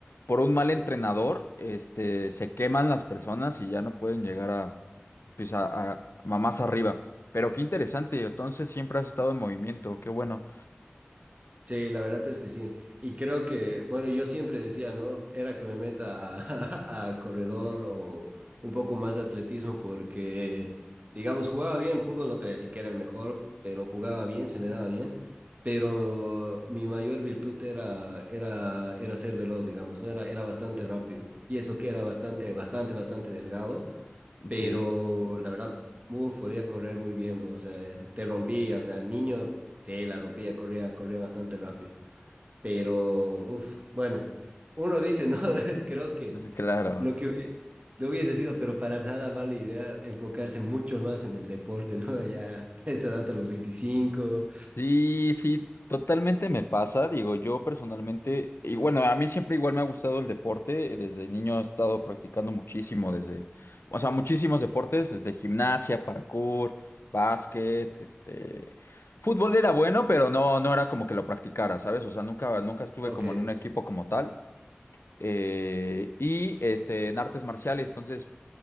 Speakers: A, on the left; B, on the right.
A: por un mal entrenador, este, se queman las personas y ya no pueden llegar a, pues, a, a- a más arriba. Pero qué interesante, entonces siempre has estado en movimiento, qué bueno.
B: Sí, la verdad es que sí. Y creo que, bueno, yo siempre decía, ¿no? Era que me meta a, <laughs> a corredor o un poco más de atletismo porque, digamos, jugaba bien fútbol, no te voy a decir que era el mejor, pero jugaba bien, se me daba bien. Pero mi mayor virtud era, era, era ser veloz, digamos, ¿no? Era, era bastante rápido. Y eso que era bastante, bastante, bastante delgado.
A: Ok.
B: Pero la verdad, uf, podía correr muy bien, bro. O sea, te rompía, o sea, niño, sí, la rompía, corría, corría bastante rápido. Pero, uff, bueno, uno dice, ¿no? <laughs> Creo que
A: Sí, Claro.
B: lo que hubie- no hubiese sido, pero para nada mala idea enfocarse mucho más en el deporte, ¿no? Ya <laughs> esta edad a los veinticinco
A: Sí, sí, totalmente me pasa. Digo, yo personalmente, y bueno, a mí siempre igual me ha gustado el deporte. Desde niño he estado practicando muchísimo, desde, o sea, muchísimos deportes, desde gimnasia, parkour, básquet, este, fútbol era bueno, pero no, no era como que lo practicara, ¿sabes? O sea, nunca, nunca estuve
B: Ok.
A: como en un equipo como tal. Eh, y este, en artes marciales, entonces.